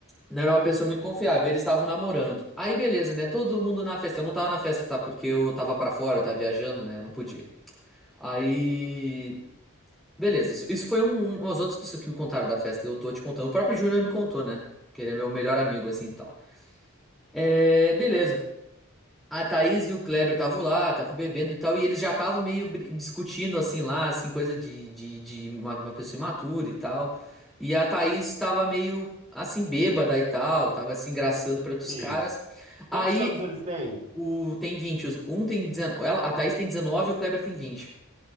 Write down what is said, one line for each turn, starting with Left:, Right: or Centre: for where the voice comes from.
Centre: não era uma pessoa muito confiável, eles estavam namorando. Aí beleza, né? Todo mundo na festa. Eu não tava na festa, tá? Porque eu tava pra fora, eu tava viajando, né? Eu não podia. Aí Beleza, isso, isso foi um, umas outras pessoas que me contaram da festa e eu tô te contando. O próprio Júnior me contou, né? Que ele é meu melhor amigo, assim e tal. É, beleza. A Thaís e o Kleber estavam lá, estavam bebendo e tal, e eles já estavam meio bri- discutindo, assim, lá, assim, coisa de, de, de uma, uma pessoa imatura e tal. E a Thaís estava meio, assim, bêbada e tal, tava se engraçando para outros
Right: Ixi.
Centre: caras.
Right: Quantos
Centre: Aí,
Right: anos eles têm?
Centre: o, tem 20 os- um tem 19, ela, a Thaís tem 19 e o Kleber tem vinte